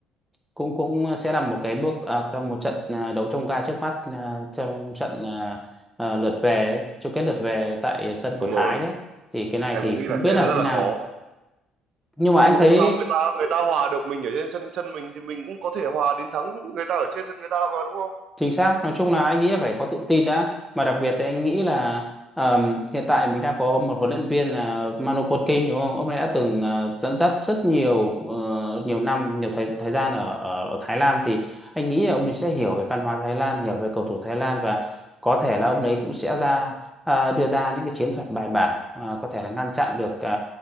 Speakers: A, in the centre; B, on the right.
A: cũng cũng sẽ là một cái bước à, cái- một trận à, đấu trông gai trước mắt à, trong trận à, à, lượt về ấy, chung kết lượt về tại sân của
B: đúng
A: Thái
B: rồi
A: đấy thì cái này
B: em
A: thì
B: cũng nghĩ là
A: không
B: sẽ
A: biết là
B: rất
A: thế
B: là
A: nào
B: khó
A: nhưng mà
B: nhưng
A: anh
B: mà
A: thấy
B: không sao người ta người ta hòa được mình ở trên sân sân mình thì mình cũng có thể hòa đến thắng người ta ở trên sân người ta mà đúng không
A: Chính xác, nói chung là anh nghĩ là phải có tự tin đã mà đặc biệt thì anh nghĩ là ờm, hiện tại mình đang có một huấn luyện viên là Manu Potkin đúng không? Ông ấy đã từng ờ, dẫn dắt rất nhiều ờ, nhiều năm, nhiều thời thời gian ở, ở ở Thái Lan thì anh nghĩ là ông ấy sẽ hiểu về văn hóa Thái Lan, hiểu về cầu thủ Thái Lan và có thể là ông ấy cũng sẽ ra ờ, đưa ra những cái chiến thuật bài bản ờ, có thể là ngăn chặn được ờ,